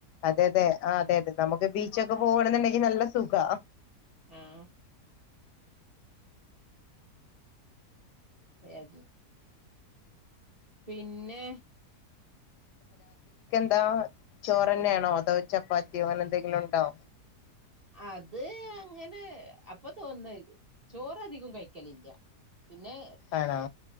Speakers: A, on the left; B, on the right.
A: അതെ അതെ ആഹ് അതെ അതെ നമുക്ക് ബീച്ചൊക്കെ
B: <unintelligible>
A: പോകണെന്നുണ്ടെങ്കിൽ നല്ല സുഖാ
B: ആഹ് എ പിന്നെ
A: അതാ ചോറ്ന്നെയാണോ അതോ ചപ്പാത്തിയോ അങ്ങനെ എന്തെങ്കിലും ഉണ്ടോ
B: അത് അങ്ങനെ അപ്പൊ തോന്ന ചോറധികം കഴിക്കലില്ല പിന്നെ
A: ആണോ